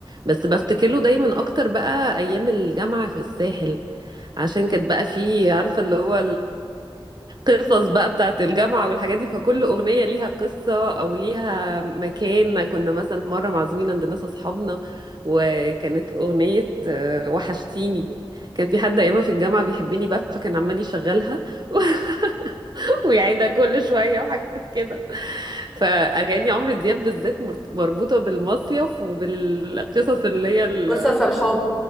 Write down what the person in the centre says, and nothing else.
مم.
قصص الحب